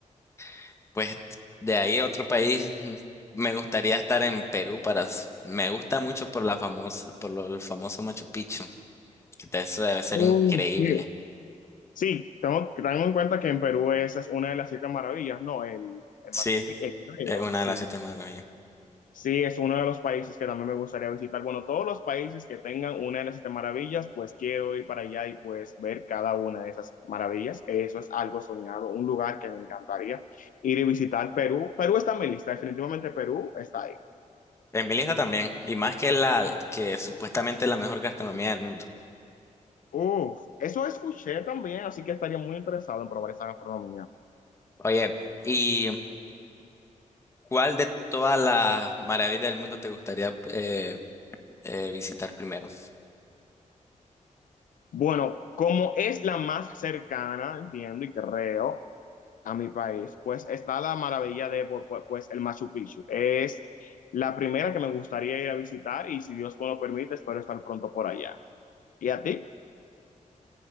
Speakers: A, on the left; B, on the left.
A: <clears throat> pues de ahí a otro país, mm, me gustaría estar en Perú para, s- me gusta mucho por la famosa, por lo, el famoso Machu Picchu, que te- eso debe ser
B: Mm,
A: increíble.
B: sí. Sí, tengo, tengo en cuenta que en Perú esa es una de las siete maravillas, ¿no? El, el
A: Sí,
B: Machu Picchu, eh, creo,
A: es una
B: sí,
A: de las siete maravillas.
B: Sí, es uno de los países que también me gustaría visitar. Bueno, todos los países que tengan una de las siete maravillas, pues quiero ir para allá y pues ver cada una de esas maravillas. Eso es algo soñado, un lugar que me encantaría ir y visitar. Perú, Perú está en mi lista, definitivamente Perú está ahí.
A: En mi lista también, y más que la, que supuestamente es la mejor gastronomía del mundo.
B: Uf, eso escuché también, así que estaría muy interesado en probar esa gastronomía.
A: Oye, ¿y cuál de todas las maravillas del mundo te gustaría eh, eh, visitar primero?
B: Bueno, como es la más cercana, entiendo y creo, a mi país, pues está la maravilla de pu- pu- pues el Machu Picchu. Es la primera que me gustaría ir a visitar y si Dios me lo permite, espero estar pronto por allá. ¿Y a ti?